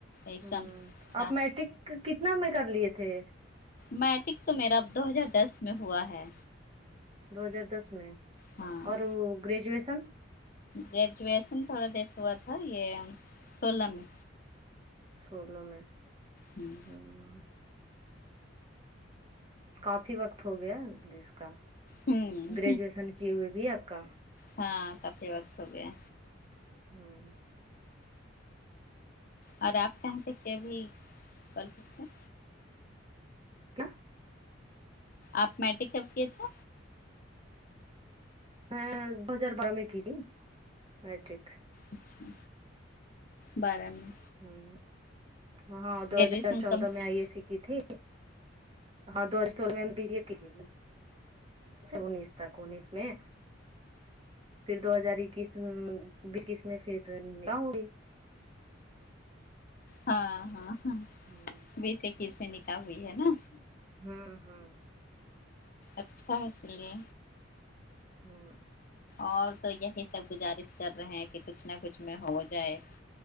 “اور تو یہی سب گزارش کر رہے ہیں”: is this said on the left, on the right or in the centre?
Left